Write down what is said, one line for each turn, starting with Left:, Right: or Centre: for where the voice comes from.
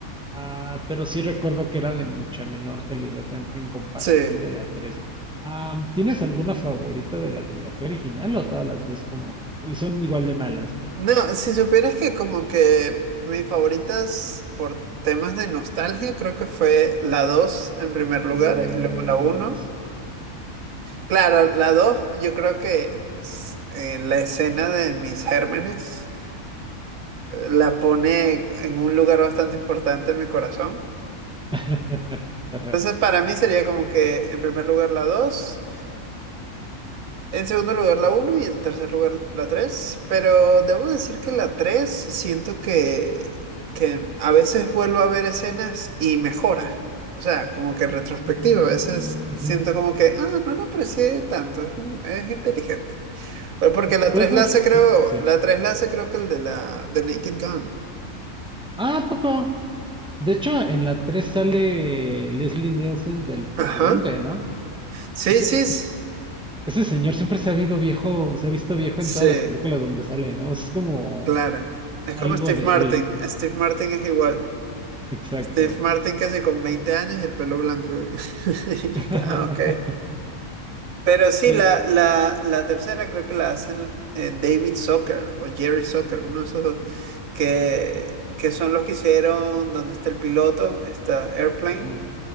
Centre: Ah, pero sí recuerdo que era de mucha menor calidad en, en comparación
Right: Sí.
Centre: de la 3. Am, ¿tienes alguna favorita de la trilogía original o todas las ves como... Y son igual de malas, pero
Right: No,
Centre: las
Right: si
Centre: amo.
Right: supieras que como que mis favoritas por temas de nostalgia, creo que fue la 2 en primer lugar
Centre: Eh,
Right: y luego la uno
Centre: la dos.
Right: Claro, la 2 yo creo que s- en la escena de mis gérmenes eh, la pone en un lugar bastante importante en mi corazón.
Centre: <laughs>
Right: Entonces para mí sería como que en primer lugar la dos En segundo lugar la uno y en tercer lugar la 3, pero debo decir que la 3 siento que, que a veces vuelvo a ver escenas y mejora. O sea, como que en retrospectiva,
Centre: Mm,
Right: a veces siento
Centre: ujú.
Right: como que, ah, no lo aprecié tanto, es, un- es inteligente. O Porque la
Centre: Puedes...
Right: tres la hace creo,
Centre: eh, Sí.
Right: la 3 la hace creo que el de la de Naked Gun.
Centre: Ah, ¿a poco. De hecho, en la 3 sale Leslie Nielsen del presidente,
Right: Ajá.
Centre: ¿no?
Right: Sí,
Centre: Ese,
Right: sí, s-
Centre: es- ese señor siempre se ha habido viejo, se ha visto viejo
Right: sí,
Centre: en todas las películas donde sale, ¿no? Es como
Right: claro. Es
Centre: Algo
Right: como Steve
Centre: de
Right: Martin,
Centre: él,
Right: Steve Martin es igual.
Centre: exacto.
Right: Steve Martin casi con 20 años y el pelo blanco. güey. <laughs>
Centre: <laughs>
Right: Ah, ok. Pero sí,
Centre: Y
Right: la, la, la tercera creo que la hacen eh, David Zucker o Jerry Zucker, uno de esos dos, que, que son los que hicieron Donde está el piloto? Está Airplane,
Centre: ujú,